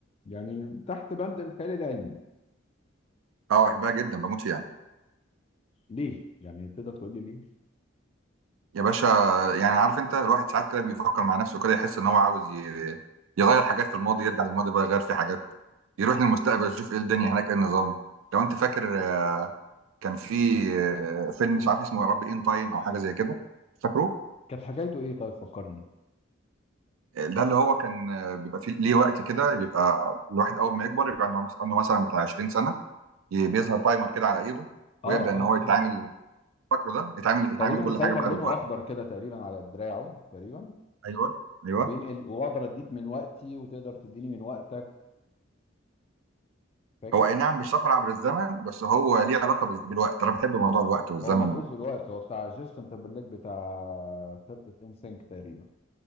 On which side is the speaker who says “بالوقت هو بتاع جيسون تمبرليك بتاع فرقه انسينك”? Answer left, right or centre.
Left